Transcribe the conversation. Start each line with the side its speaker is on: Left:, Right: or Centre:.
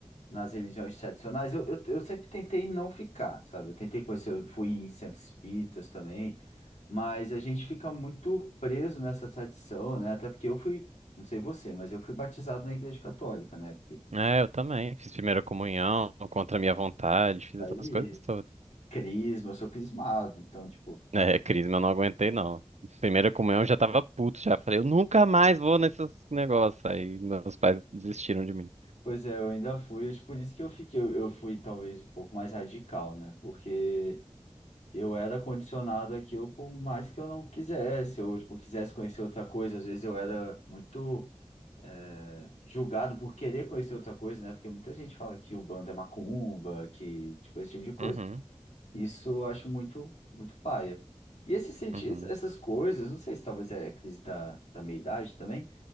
Left: nas religiões tradicionais, eu, eu, eu sempre tentei não ficar, sabe? Eu tentei conhecer, eu fui em centros espíritas também, mas a gente fica muito preso nessa tradição, né? Até porque eu fui, não sei você, mas eu fui batizado na Igreja Católica, né? Porque
Right: É, eu também. Fiz primeira comunhão contra a minha vontade, fiz
Left: Daí,
Right: essas coisas todas.
Left: crisma, eu sou crismado, então, tipo,
Right: É, Crisma, eu não aguentei, não. Primeira comunhão eu já tava puto, já falei, eu nunca mais vou nesses negócios. Aí meus pais desistiram de mim.
Left: pois é, eu ainda fui, acho que por isso que eu fiquei, eu, eu fui talvez um pouco mais radical, né? Porque. Eu era condicionado àquilo por mais que eu não quisesse, ou tipo, quisesse conhecer outra coisa. Às vezes eu era muito é, julgado por querer conhecer outra coisa, né? Porque muita gente fala que o bando é macumba, que tipo esse tipo de coisa.
Right: Uhum,
Left: Isso eu acho muito muito paia. E esse senti
Right: uhum,
Left: ess- essas coisas, não sei se talvez é a crise da, da meia-idade também,